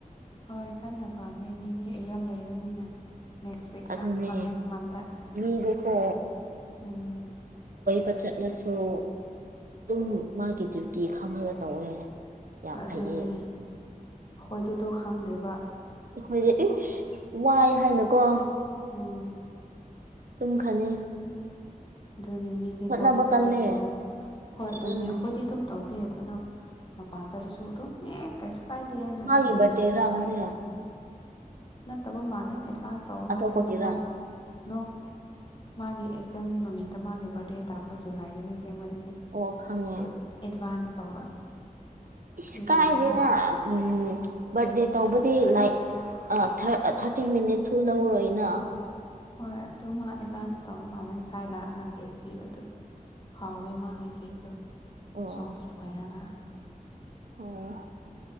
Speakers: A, on the left (about 35°); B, on the right (about 70°).
A: ꯍꯣꯏ ꯀꯟꯅ ꯐꯪꯅꯤ ꯃꯤꯗꯤ ꯏꯝ ꯂꯩꯕꯅꯤꯅ ꯅꯦꯛꯁꯤꯀ
B: ꯑꯗꯨꯅꯦ
A: ꯑꯣ ꯅꯦꯛꯁ ꯃꯟꯗꯦ
B: ꯃꯤꯗꯤꯀꯣ
A: ꯎꯝ
B: ꯃ ꯆꯠꯂꯁꯨ ꯑꯗꯨꯝ ꯃꯥꯒꯤ ꯗ꯭ꯌꯨꯇꯤ ꯈꯪꯉꯒ ꯇꯧꯋꯦ ꯌꯥꯝ
A: ꯑꯗꯨꯅꯦ
B: ꯐꯩꯌꯦ
A: ꯍꯣꯏ ꯑꯗꯨꯗꯣ ꯈꯪꯗꯦꯕ
B: ꯑꯩꯈꯣꯏꯗꯤ ꯏꯁ ꯋꯥꯏ ꯍꯥꯏꯅꯀꯣ
A: ꯎꯝ
B: ꯇꯨꯝꯈ꯭ꯔꯅꯤ
A: ꯑꯗꯨꯅꯦ ꯃꯤꯗꯤ
B: ꯍꯣꯠꯅꯕ
A: ꯀꯣꯏꯕ ꯆꯠꯂꯁꯨ
B: ꯀꯜꯂꯦ
A: ꯍꯣꯏ ꯑꯗꯨꯅꯤ
B: ꯑꯗꯨꯅꯦ
A: ꯑꯩꯈꯣꯏꯗꯤ ꯑꯗꯨꯝ ꯇꯧ ꯇ ꯑꯩꯅ ꯃ ꯄꯥꯥꯟꯖꯥ ꯂꯣꯏꯁꯁꯨ ꯇ ꯑꯦ ꯀꯥꯏꯁꯨ ꯀꯥꯏꯗꯦ ꯍꯥꯏꯅ
B: ꯃꯥꯒꯤ
A: ꯑꯗꯨꯝ ꯂꯩꯊꯣꯛꯄ
B: ꯕꯥꯔꯗꯦꯔꯥ ꯉꯁꯤ
A: ꯍꯣꯏ ꯅꯠꯇꯕ ꯃꯥꯜꯂꯦ ꯑꯦꯗꯚꯥꯟꯁ ꯇꯧꯕ
B: ꯑꯇꯣꯞꯄꯒꯤꯔ
A: ꯃꯥꯜꯂꯦ ꯍꯥꯏꯕꯗꯤ ꯃꯥ ꯅꯣ ꯃꯥꯒꯤ ꯑꯦꯛꯖꯥꯝ ꯅꯨꯃꯤꯠꯇ ꯃꯥꯒꯤ ꯕꯥꯔꯗꯦ ꯇꯥꯛꯄ ꯖꯨꯂꯥꯏꯗꯅꯤ ꯁꯦꯝꯦꯡꯕꯗ
B: ꯑꯣ ꯈꯪꯉꯦ
A: ꯑꯦꯗꯚꯥꯟꯁ ꯇꯧꯕ
B: ꯏꯁ
A: ꯑꯗꯨꯒꯤ
B: ꯀꯥꯏꯗꯦꯅꯦ
A: ꯉꯁꯥꯏ
B: ꯎꯝ ꯕꯥꯔꯗꯦ ꯇꯧꯕꯗꯤ ꯂꯥꯏꯛ ꯑ ꯊꯥꯔꯇꯤ ꯃꯤꯅꯤꯠꯁꯨ ꯂꯧꯔꯣꯏꯅ
A: ꯍꯣꯏ ꯑꯗꯨ ꯃꯥ ꯑꯦꯗꯚꯥꯟꯁ ꯇꯧꯕ ꯃꯥꯜꯂꯦ ꯉꯁꯥꯏ ꯂꯥꯛꯑꯒ ꯀꯦꯛ ꯄꯤꯕ ꯑꯗꯨ ꯍꯥꯎꯋꯦ ꯃꯥꯒꯤꯀꯩꯗꯣ
B: ꯑꯣ
A: ꯁꯣꯐ ꯑꯣꯏꯔꯒ
B: ꯑꯣ